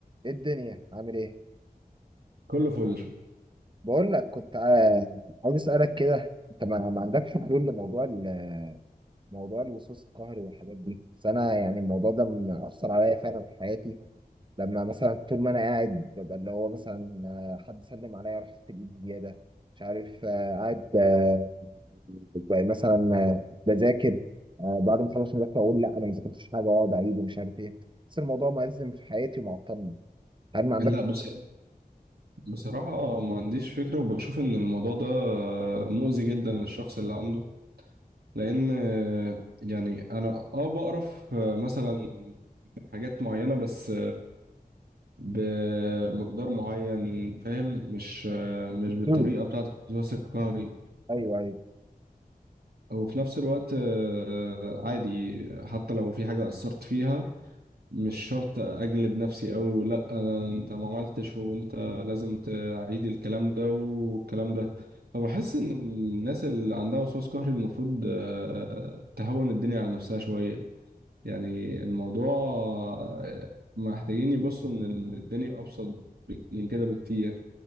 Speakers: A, on the right (about 30°); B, on the right (about 80°).
A: ايه الدنيا عامل ايه
B: كله فل
A: بقول لك كنت عا- عاوز اسالك كده انت ما ما عندكش حلول لموضوع ال- موضوع الوسواس القهري والحاجات دي بس انا يعني الموضوع ده مأثر عليا فعلا في حياتي لما مثلا طول ما انا قاعد ببقى اللي هو مثلا آه، حد سلم عليا رحت الايد زياده مش عارف آه، قاعد آه، ببقى مثلا آه، بذاكر آه، بعد ما اخلص مذاكره اقول لا انا ما ذاكرتش حاجه واقعد اعيد ومش عارف ايه بس الموضوع مأزم في حياتي ومعطلني هل ما عندكش
B: لا بص بصراحة ما عنديش فكرة وبشوف إن الموضوع ده مؤذي جدا للشخص اللي عنده لأن يعني أنا أه بقرف مثلا من حاجات معينة بس بمقدار معين فاهم مش مش بالطريقة
A: حلول؟
B: بتاعة الوسواس القهري
A: ايوه ايوه
B: وفي نفس الوقت آه، عادي حتى لو في حاجة أثرت فيها مش شرط اجلد نفسي قوي ولا انا انت ما عملتش وانت لازم تعيد الكلام ده والكلام ده فبحس ان الناس اللي عندها وسواس قهري المفروض آه، تهون الدنيا على نفسها شوية يعني الموضوع آه، محتاجين يبصوا ان الدنيا ابسط بك- من كده بكتير